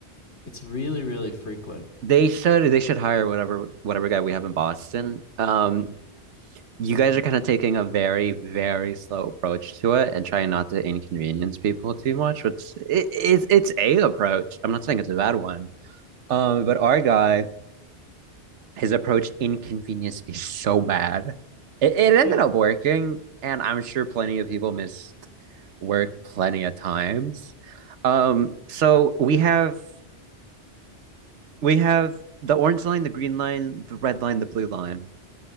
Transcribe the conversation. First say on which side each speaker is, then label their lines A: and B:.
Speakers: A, on the left (about 70°); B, on the right (about 80°).
A: it's really, really frequent.
B: They should they should hire whatever whatever guy we have in Boston. Um, you guys are kind of taking a very, very slow approach to it and trying not to inconvenience people too much, which it, it's it's a approach. I'm not saying it's a bad one. Um, but our guy, his approach inconvenienced me so bad. It, it
A: <laughs>
B: ended up working, and I'm sure plenty of people missed work plenty of times. Um, so we have we have the orange line, the green line, the red line, the blue line.